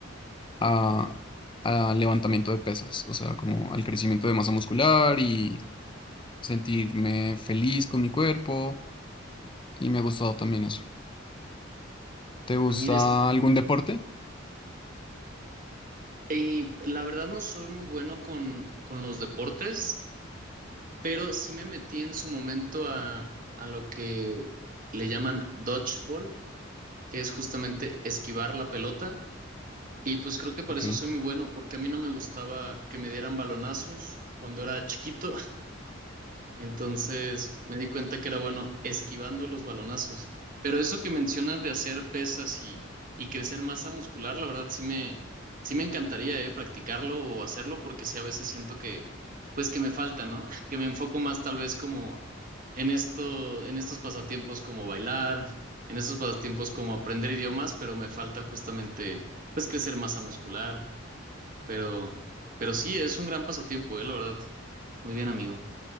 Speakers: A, on the left; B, on the right.
A: a, a levantamiento de pesas, o sea, como al crecimiento de masa muscular y sentirme feliz con mi cuerpo y me ha gustado también eso. ¿Te gusta
B: Ah, mira, esto.
A: algún deporte?
B: Y la verdad no soy muy bueno con, con los deportes, pero sí me metí en su momento a, a lo que le llaman dodgeball, que es justamente esquivar la pelota. Y pues creo que para
A: Ok.
B: eso soy muy bueno, porque a mí no me gustaba que me dieran balonazos cuando era chiquito. Entonces me di cuenta que era bueno esquivando los balonazos. Pero eso que mencionas de hacer pesas y, y crecer masa muscular, la verdad sí me, sí me encantaría eh, practicarlo o hacerlo porque sí a veces siento que, pues que me falta, ¿no? <laughs> Que me enfoco más tal vez como en esto, en estos pasatiempos como bailar, en estos pasatiempos como aprender idiomas, pero me falta justamente pues crecer masa muscular. Pero, pero sí, es un gran pasatiempo, eh, la verdad. Muy bien, amigo.